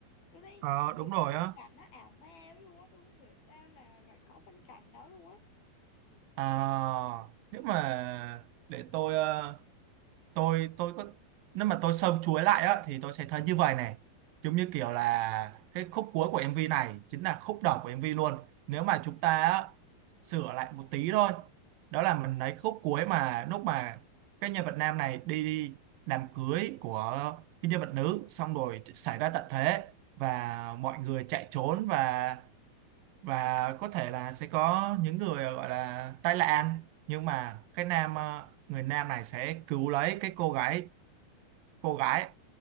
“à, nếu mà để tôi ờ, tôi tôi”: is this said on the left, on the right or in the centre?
Right